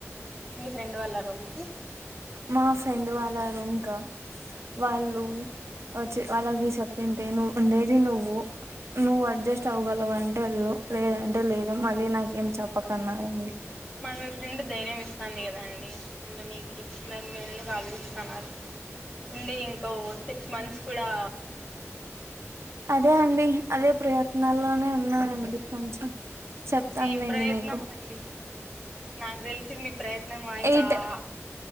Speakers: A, on the left; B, on the right.
A: మీ ఫ్రెండ్ వాళ్ళ రూమ్ కి
B: మా ఫ్రెండ్ వాళ్ళ రూమ్ కా వాళ్ళు ఒచ్చి వాళ్ళ నీ సెప్పింతే నువ్ ఉండేది నువ్వు, నువ్వు అడ్జస్ట్ అవగలవు అంటే వెళ్ళు. లేదంటే లేదు మళ్ళీ నాకేం చెప్పకన్నారండి
A: మళ్ మీ ఫ్రెండ్ ధైర్యం ఇస్తాంది గదా అండి ఉండనీకి నే మెందుకు ఆలోచిస్తాన్నారు ఉండే ఇంకో సిక్స్ మంత్స్ కుడా
B: అదే అండి అదే ప్రయత్నాల్లోనే ఉన్నానండి కొంచెం చెప్తాంలేండి
A: ఏం ప్రయత్నం
B: మీకు
A: అండి నాక్ తెలిసి నీ ప్రయత్నమా ఇంకా
B: ఎయిట్
A: ఆహ